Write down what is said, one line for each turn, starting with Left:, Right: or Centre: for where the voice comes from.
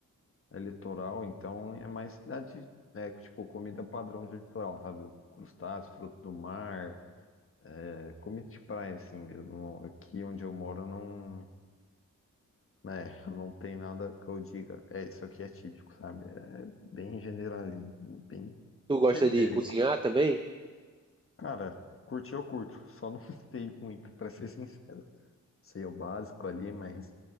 Left: é litoral, então é mais cidade, é, tipo, comida padrão de litoral, sabe? Crustáceos, fruto do mar, é, comida de praia, assim mesmo. Aqui onde eu moro não, né, <laughs> não tem nada que eu diga. É, isso aqui é típico, sabe? É bem general, bem
Right: Tu gosta
Left: genérico.
Right: de cozinhar também?
Left: Cara, curti eu curto, só não <laughs> sei muito, pra ser sincero. sei o básico ali, mas